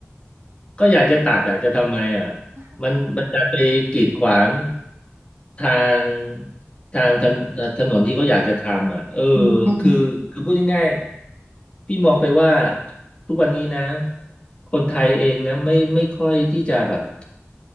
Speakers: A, on the left; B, on the right.
A: ก็อยากจะตัดอะจะทำไมอะมันมันดันไปกีดขวางทางทางถนเอ่อถนนที่เขาอยากจะทำอะเออ
B: อืม
A: คือคือพูดง่ายๆพี่มองไปว่าทุกวันนี้นะคนไทยเองนะไม่ไม่ค่อยที่จะแบบ